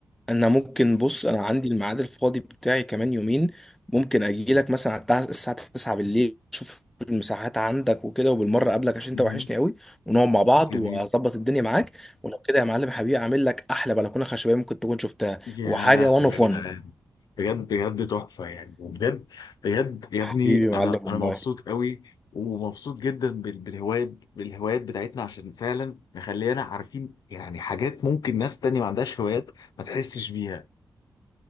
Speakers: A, in the centre; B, on the left.
A: انا ممكن بص انا عندي الميعاد الفاضي بتاعي كمان يومين ممكن اجي لك مثلا على التع- الساعه 9 بالليل اشوف المساحات عندك وكده وبالمره اقابلك عشان انت
B: مهم.
A: وحشني قوي ونقعد مع بعض
B: جميل
A: واظبط الدنيا معاك ولو كده يا معلم حبيبي اعمل لك احلى بلكونه خشبيه ممكن تكون شفتها
B: يا
A: وحاجه
B: لهوي
A: وان اوف
B: يا جدعان
A: وان
B: بجد بجد تحفة يعني وبجد بجد يا
A: حبيبي
B: ابني أنا
A: يا معلم والله
B: أنا مبسوط قوي ومبسوط جدا بال- بالهوايات بالهوايات بتاعتنا عشان فعلا مخلينا عارفين يعني حاجات ممكن ناس تانية ما عندهاش هوايات ما تحسش بيها